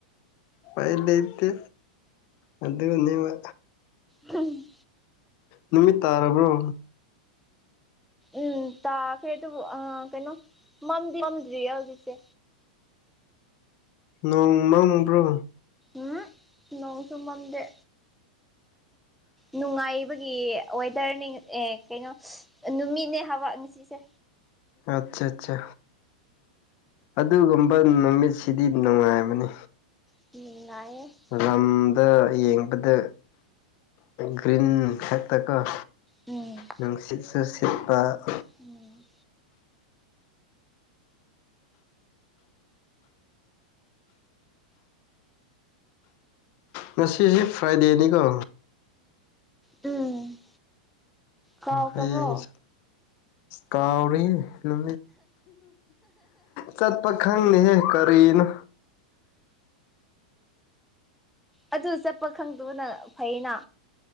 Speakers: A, on the left (about 40°); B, in the centre.
A: ꯐꯥꯏꯂꯇ ꯑꯗꯨꯗ ꯅꯕ꯫
B: ꯎꯝ
A: ꯅꯨꯃꯤꯠ ꯇꯥꯔꯕ꯭ꯔꯣ?
B: ꯎꯝ ꯇ ꯐꯦ ꯑ ꯀꯩꯅꯣ ꯃꯝ ꯃꯝꯗ꯭ꯔꯤ ꯍꯧꯖꯤꯛꯁꯦ꯫
A: ꯅꯣꯡꯃꯕ꯭ꯔꯣ?
B: ꯎꯝ ꯅꯣꯡꯁꯨ ꯃꯗꯦ꯫ ꯅꯨꯡꯉꯥꯏꯕꯒꯤ ꯋꯦꯗꯔꯅꯤ ꯑꯦ ꯀꯩꯅꯣ ꯅꯨꯃꯤꯠꯅꯦ ꯍꯥꯕ ꯉꯁꯤꯁꯦ꯫
A: ꯑꯆꯥ ꯑꯆꯥ ꯑꯗꯨꯒꯨꯝꯕ ꯅꯨꯃꯤꯠꯁꯤꯗꯤ ꯅꯨꯡꯉꯥꯏꯕꯅꯤ꯫
B: ꯅꯨꯉꯥꯌꯦ ꯫
A: ꯂꯝꯝꯗ ꯌꯦꯡꯕꯗ ꯒ꯭ꯔꯤꯟ ꯍꯦꯛꯇꯒ
B: ꯎꯝ
A: ꯅꯨꯡ ꯁꯤꯠꯁꯨ ꯁꯤꯠꯄ
B: ꯎꯝ
A: ꯉꯁꯤꯁꯤ ꯐ꯭ꯔꯥꯏꯗꯦꯅꯤꯀꯣ꯫
B: ꯎꯝ ꯀꯥꯎꯈ꯭ꯔꯕꯣ
A: ꯍꯌꯦꯡꯁꯦ ꯀꯥꯎꯔꯤꯍꯦ ꯅꯨ ꯆꯠꯄ ꯈꯪꯅꯤꯍꯦ ꯀꯔꯤꯅꯣ?
B: ꯑꯗꯨ ꯆꯠꯄ ꯈꯪꯗꯕꯅ ꯐꯩꯅ